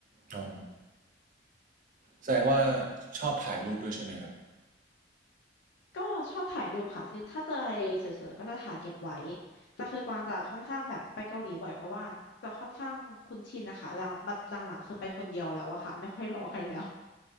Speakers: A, on the right; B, on the left.
A: อ๋อแสดงว่าชอบถ่ายรูปด้วยใช่ไหมครับ
B: ก็ชอบถ่ายรูปค่ะคือถ้าเจออะไรสวยๆก็จะถ่ายเก็บไว้แต่คือกวางจะค่อนข้างแบบไปเกาหลีบ่อยเพราะว่าจะค่อนข้างคุ้นชินนะคะหลังบัดหลังๆคือไปคนเดียวแล้วอะค่ะไม่ค่อยรอใครแล้ว